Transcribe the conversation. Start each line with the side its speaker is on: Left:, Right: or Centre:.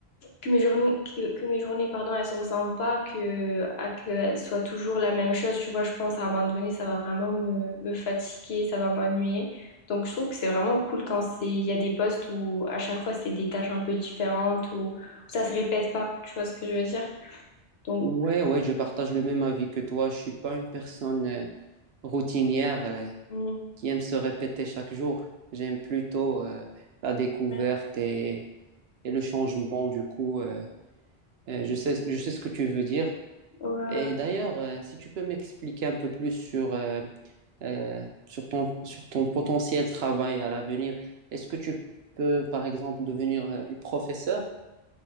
Left: que mes journées, que, que mes journées, pardon, elles se ressemblent pas, que, à qu'elles soient toujours la même chose. Tu vois, je pense à un moment donné, ça va vraiment me, me fatiguer, ça va m'ennuyer. Donc, je trouve que c'est vraiment cool quand c'est, il y a des postes où à chaque fois, c'est des tâches un peu différentes, ou où ça se répète pas. Tu vois ce que je veux dire? Donc,
Right: Ouais, ouais, je partage le même avis que toi. Je suis pas une personne euh, routinière euh,
Left: Mm.
Right: qui aime se répéter chaque jour. J'aime plutôt euh, la découverte
Left: ouais,
Right: et, et le changement. Du coup, euh, euh, je sais, je sais ce que tu veux dire.
Left: ouais,
Right: Et d'ailleurs, euh, si tu peux m'expliquer un peu plus sur euh, euh, sur ton sur ton potentiel travail à l'avenir, est-ce que tu peux, par exemple, devenir euh, une professeure?